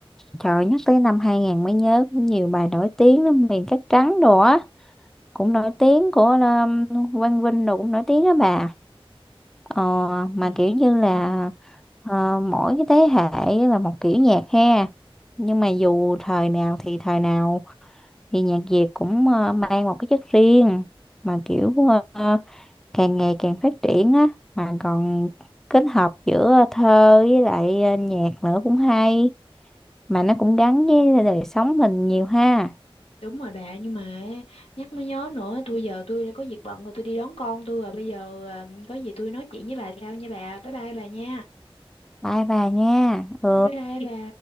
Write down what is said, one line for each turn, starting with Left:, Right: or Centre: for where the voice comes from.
Centre: trời nhắc tới năm 2000 mới nhớ cũng nhiều bài nổi tiếng lắm miền cát trắng đồ á cũng nổi tiếng của um, Quang Vinh rồi cũng nổi tiếng á bà ờ, mà
Left: Ừ.
Centre: kiểu như là ờ, mỗi cái thế hệ là một kiểu nhạc ha nhưng mà dù thời nào thì thời nào thì nhạc Việt cũng ờ, mang một cái chất riêng mà kiểu ờ, càng ngày càng phát triển á mà còn kết hợp giữa thơ với lại ờ, nhạc nữa cũng hay mà nó cũng gắn với đời sống mình nhiều ha
Left: Đúng rồi bà nhưng mà nhắc mới nhớ nữa tôi giờ tôi đã có việc bận rồi tôi đi đón con tôi rồi bây giờ ờ, có gì tôi nói chuyện với bà sau nha bà bye bye bà nha
Centre: bye bà nha ừ
Left: bye bye bà